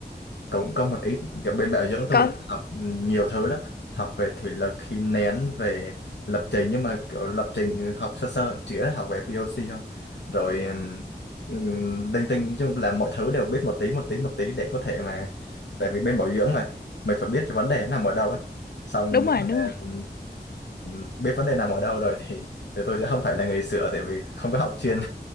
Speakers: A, on the left; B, on the left.
A: cũng có một ít kiểu bên bảo dưỡng tôi
B: Có,
A: là học ừ, nhiều thứ lắm học về thủy lực khí nén về lập trình nhưng mà kiểu lập trình học sơ sơ chỉ là học về POC không rồi um, linh tinh nói chung là mọi thứ đều biết một tí một tí một tí để có thể mà tại vì bên bảo dưỡng mà mình phải biết vấn đề nó nằm ở đâu á xong
B: đúng
A: nếu
B: rồi đúng
A: mà
B: rồi
A: ừ, biết vấn đề nằm ở đâu rồi thì, thì tôi sẽ không phải là người sửa tại vì không có học chuyên